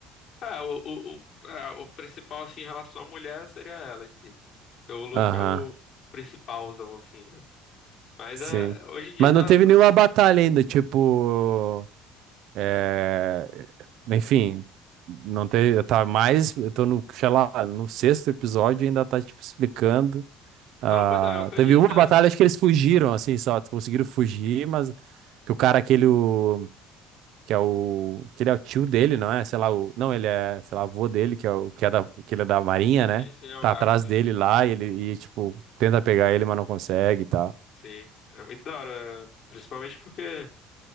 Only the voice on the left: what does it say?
é, o, o, o, é, o principal, assim, em relação à mulher seria ela em si. Porque o Luffy
é o principalzão, assim, né? Mas
é, hoje em dia
tá,
tá-
Não, pois é, é o que eu
disse.
É,
esse é o
Garp.
Sim, é muito da hora. Principalmente porque.